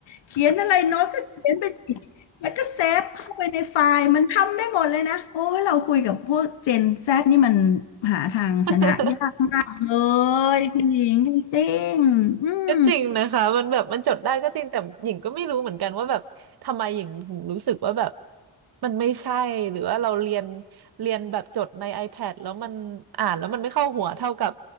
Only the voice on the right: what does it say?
<laughs>
ก็จริงนะคะมันแบบมันจดได้ก็จริงแต่หญิงก็ไม่รู้เหมือนกันว่าแบบทำไมหญิงถึงรู้สึกว่าแบบมันไม่ใช่หรือว่าเราเรียนเรียนแบบจดใน iPad แล้วมันอ่านแล้วมันไม่เข้าหัวเท่ากับ